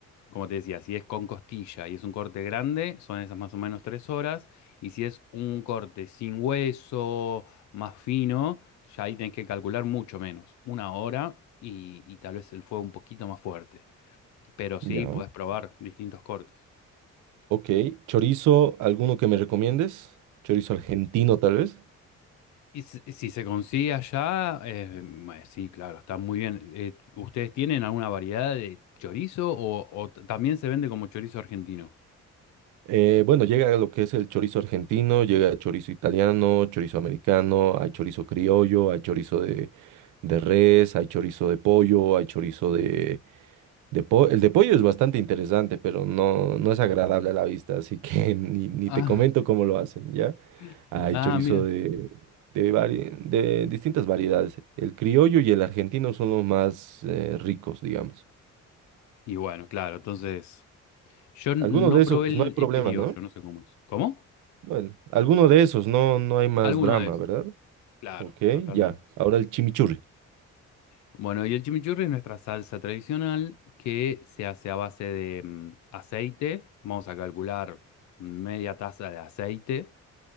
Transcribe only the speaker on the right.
Ya,
ok. Chorizo, ¿alguno que me recomiendes? Chorizo argentino, tal vez.
Eh, bueno, llega lo que es el chorizo argentino, llega el chorizo italiano, chorizo americano, hay chorizo criollo, hay chorizo de, de res, hay chorizo de pollo, hay chorizo de, de pollo. El de pollo es bastante interesante, pero no, no es agradable a la vista, así que <laughs> ni, ni
te comento cómo lo hacen, ¿ya?
Hay
chorizo
de, de, vari- de distintas variedades. El criollo y el argentino son los más eh, ricos, digamos.
Algunos
de esos
no hay problema,
¿no?
Bueno, alguno de esos, no, no hay más
drama,
¿verdad?
Ok,
ya. Ahora el chimichurri.